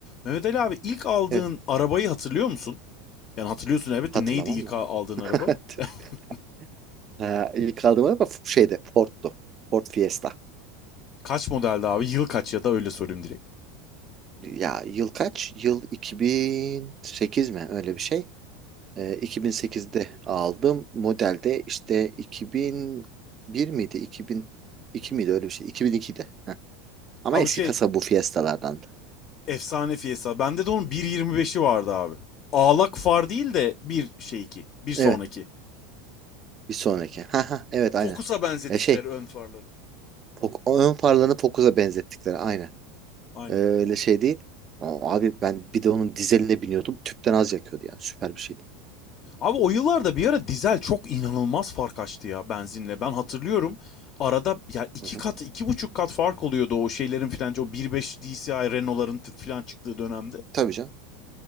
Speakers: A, on the left; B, on the right.
A: Mehmet Ali abi ilk aldığın
B: Evet.
A: arabayı hatırlıyor musun? Yani hatırlıyorsun elbette
B: Hatırlamam
A: neydi ilk
B: mı?
A: a- aldığın
B: <laughs>
A: araba? <laughs>
B: Ha, ilk aldığım araba şeyde Ford'tu. Ford Fiesta.
A: kaç modeldi abi? Yıl kaç ya da öyle sorayım direkt.
B: Ya yıl kaç? Yıl 2008 mi? Öyle bir şey. Ee, 2008'de aldım. Modelde işte 2001 miydi? 2002 miydi? Öyle bir şey. 2002'de. Heh. Ama
A: Ha
B: eski
A: bu şey
B: kasa bu Fiesta'lardandı.
A: efsane Fiesta. Bende de onun 1.25'i vardı abi. Ağlak far değil de bir şey iki. Bir sonraki.
B: Evet. Bir sonraki. <laughs> Ha ha. Evet aynen.
A: Focus'a benzettikleri
B: Ya şey
A: ön farları.
B: Pok- ön farlarını Focus'a benzettikleri aynen.
A: Aynen.
B: Ee, öyle şey değil. Aa, Abi ben bir de onun dizeline biniyordum. Tüpten az yakıyordu yani. Süper bir şeydi.
A: Abi o yıllarda bir ara dizel çok inanılmaz fark açtı ya benzinle. Ben hatırlıyorum arada ya iki
B: Hı hı.
A: kat iki buçuk kat fark oluyordu o şeylerin filan o 1.5 DCI Renault'ların t- filan çıktığı dönemde.
B: Tabii canım.